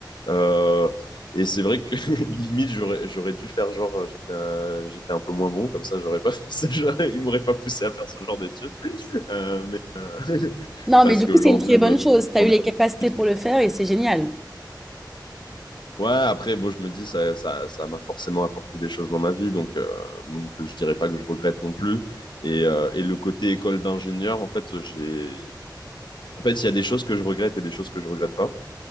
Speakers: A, on the left (about 80°); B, in the centre.
A: Euh, et c'est vrai que <laughs> limite j'aurais j'aurais dû faire genre euh, j'étais un, j'étais un peu moins bon comme ça j'aurais pas <laughs> fait ça, j'aurais- il m'aurait pas poussé à faire ce genre d'études euh, mais euh, <laughs>
B: Non,
A: parce
B: mais du
A: qu'aujourd'hui
B: coup, c'est une très
A: bah,
B: bonne chose. Tu
A: j'en
B: as eu
A: ai
B: les capacités
A: plus.
B: pour le faire et c'est génial.
A: Ouais, après bon je me dis ça ça ça m'a forcément apporté des choses dans ma vie donc euh, donc je dirais pas que je regrette non plus et euh, et le côté école d'ingénieur en fait j'ai En fait, il y a des choses que je regrette et des choses que je regrette pas.